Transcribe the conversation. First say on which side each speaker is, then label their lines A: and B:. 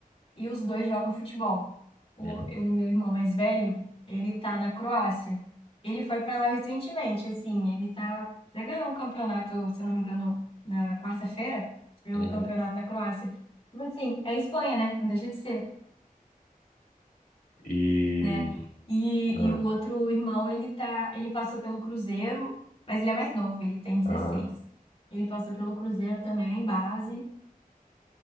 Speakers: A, on the left (about 40°); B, on the left (about 80°).
A: e os dois jogam futebol. O,
B: Uhum,
A: o meu irmão mais velho, ele tá na Croácia. Ele foi para lá recentemente, assim, ele tá, já ganhou um campeonato, se eu não me engano, na quarta-feira, ganhou
B: uhum.
A: um campeonato na Croácia. Tipo assim, é Espanha, né? Não deixa de ser,
B: E.
A: né? E,
B: ah,
A: e o outro irmão, ele tá, ele passou pelo Cruzeiro, mas ele é mais novo, ele tem 16.
B: Aham,
A: Ele passou pelo Cruzeiro também em base,